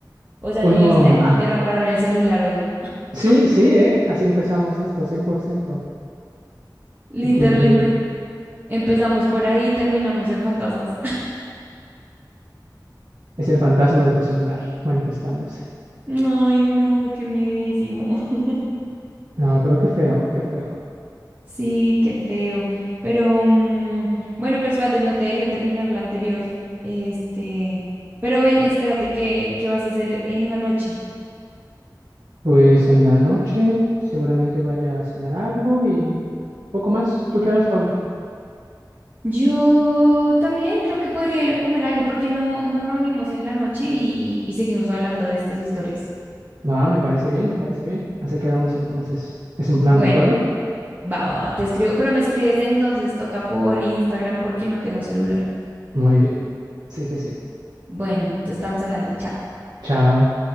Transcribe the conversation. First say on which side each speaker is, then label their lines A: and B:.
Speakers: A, on the right; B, on the right.
A: O sea,
B: uno...
A: ¿no viste?
B: ah,
A: Me raparon el celular hoy.
B: sí, sí, ¿eh? Así empezamos esto, 100%.
A: Literal,
B: Y qué horrible.
A: empe- empezamos por ahí y terminamos en fantasmas.
B: Es el fantasma de tu celular manifestándose.
A: <laughs> Ay, no, qué miedísimo. <laughs>
B: No, pero qué feo, qué feo.
A: Sí, qué feo. Pero mm, bueno, pues espérate, no te dejé terminar la anterior. Este, pero ven, espérate, ¿qué, qué vas a hacer en la noche?
B: Pues en la noche seguramente vaya a cenar algo y poco más. ¿Tú qué harás, Paula?
A: Yo también creo que podría ir a comer algo porque no nos reunimos en la noche y, y seguimos hablando de estas historias.
B: Ah, me parece bien, me parece bien. Así quedamos entonces. ¿Es un plan,
A: Bueno.
B: de acuerdo?
A: Va, va, va, te escribo, pero me escribes entonces, toca por Instagram porque no tengo celular.
B: Muy bien. Sí que sí.
A: Bueno, entonces estamos hablando, chao.
B: Chao.